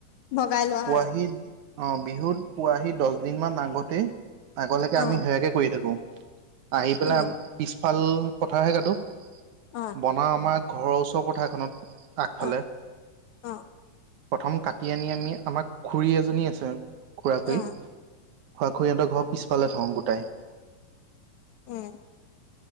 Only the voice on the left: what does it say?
ভগাই লোৱা
আৰু
অ
উম
অ
অ অ
অ
উম